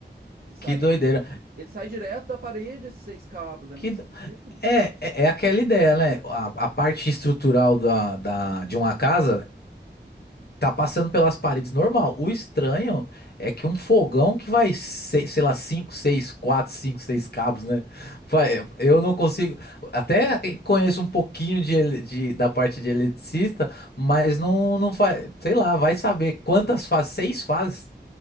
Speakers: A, on the right; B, on the left.
A: que sai.
B: que doideira.
A: Ele sai direto da parede, esses seis cabos, é
B: Que,
A: muito
B: do-
A: esquisito.
B: é, é, é aquela ideia, né? A, a parte estrutural da, da, de uma casa Tá passando pelas paredes normal. O estranho é que um fogão que vai, se- sei lá, 5, 6, 4, 5, 6 cabos, né? Vai- Eu
A: Sim,
B: não consigo. Até conheço um pouquinho de, ele- de- da parte de eletricista, mas não, não vai. Sei lá, vai saber quantas fases, seis fases?